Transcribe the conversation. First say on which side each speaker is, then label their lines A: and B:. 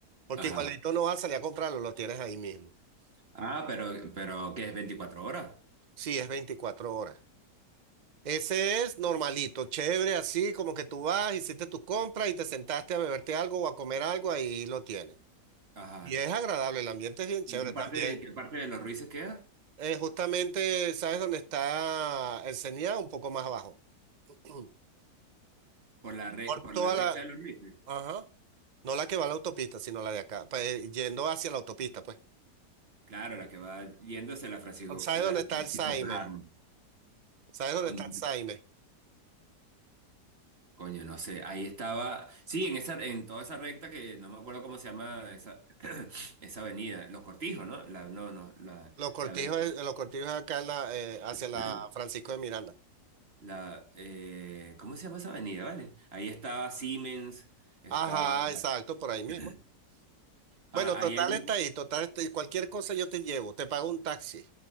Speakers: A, on the right (about 70°); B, on the right (about 35°).
A: Porque
B: Ajá.
A: igualito no vas a salir a comprarlo, lo tienes ahí mismo.
B: Ah, pero, pero, ¿qué es 24 horas?
A: Sí, es 24 horas. Ese es normalito, chévere, así como que tú vas, hiciste tu compra y te sentaste a beberte algo o a comer algo, ahí lo tienes.
B: Ajá.
A: Y es agradable, el ambiente es bien chévere
B: ¿Y en qué
A: también.
B: parte, en qué parte de los Ruices queda?
A: Eh, justamente, ¿sabes dónde está el CENIA? Un poco más abajo. <clears throat>
B: Por la, re-
A: Por
B: por
A: toda
B: la recta
A: la...
B: de los Ruices.
A: Ajá. No la que va a la autopista, sino la de acá. pues, yendo hacia la autopista, pues.
B: Claro, la que va yéndose la Francisco,
A: ¿Sabes
B: la
A: dónde
B: Francisco
A: está el Saime?
B: Fajardo.
A: ¿Sabes dónde
B: Cuando-
A: está el Saime?
B: Coño, no sé. Ahí estaba. Sí, en esa, en toda esa recta que no me acuerdo cómo se llama esa, <clears throat> esa avenida. Los Cortijos, ¿no? La, no, no, la,
A: Los cortijos,
B: la avenida.
A: es- los cortijos es acá en la, eh, hacia
B: <clears throat>
A: la Francisco de Miranda.
B: La, eh, ¿cómo se llama esa avenida, vale? Ahí estaba Siemens, está.
A: Ajá, exacto, por ahí mismo.
B: <clears throat>
A: Bueno,
B: Ah,
A: total
B: ahí hay. un-
A: está ahí, total está ahí. Cualquier cosa yo te llevo, te pago un taxi